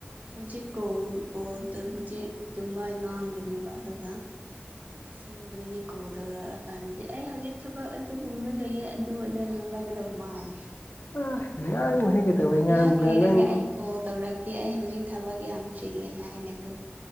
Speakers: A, on the right; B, on the left.
A: ꯍꯧꯖꯤꯛ ꯀꯣꯜ ꯀꯣꯜꯇꯕꯨꯗꯤ ꯑꯗꯨꯝꯃꯥꯏ ꯉꯥꯡꯒꯅꯤꯕ ꯑꯗꯨꯒ ꯑꯁꯦꯡꯕꯗꯗꯤ ꯀꯣꯜ ꯇꯧꯔꯛꯑꯀꯥꯟꯗꯗꯤ ꯑꯩ ꯍꯧꯖꯤꯛ ꯊꯕꯛ ꯑ ꯑꯗꯨꯒꯨꯝꯕ ꯂꯩꯌꯦ ꯑꯗꯨ ꯑꯗ ꯉꯪꯂꯛꯀꯗꯕ ꯃꯥꯜꯂꯦ
B: ꯑ ꯉꯥꯡꯉꯣꯏꯍꯦ ꯀꯩꯗꯧꯕꯩ
A: ꯉꯥꯏꯍꯥꯛ
B: ꯉꯥꯡꯕ꯭ꯔꯥ
A: ꯂꯩꯔꯒ
B: ꯅꯪ
A: ꯑꯩ ꯀꯣꯜ ꯇꯧꯔꯛꯀꯦ ꯑꯩ ꯍꯧꯖꯤꯛ ꯊꯕꯛ ꯌꯥꯝ ꯆꯤꯂꯦ ꯍꯥꯏꯅꯦꯀꯣ